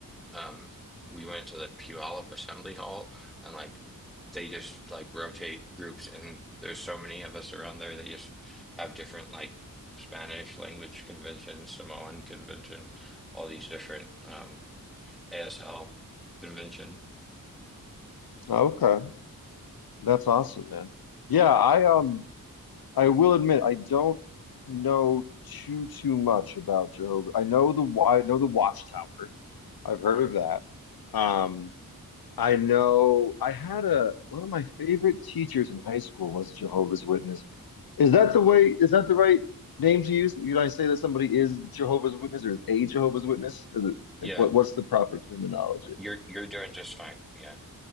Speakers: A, in the centre; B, on the left.
A: um, we went to the Puyallup Assembly Hall and like they just like rotate groups and there's so many of us around there they just have different like Spanish language convention, Samoan convention, all these different um ASL convention.
B: Okay, that's awesome, man. Yeah, I um I will admit I don't know too too much about Jehovah. I know the wa- I know the Watchtower. I've heard of that. Um I know I had a one of my favorite teachers in high school was a Jehovah's Witness. Is that the way is that the right name to use? Did I say that somebody is Jehovah's Witness or is a Jehovah's Witness? Is it
A: Yeah,
B: like what what's the proper terminology?
A: you're you're doing just fine. Yeah.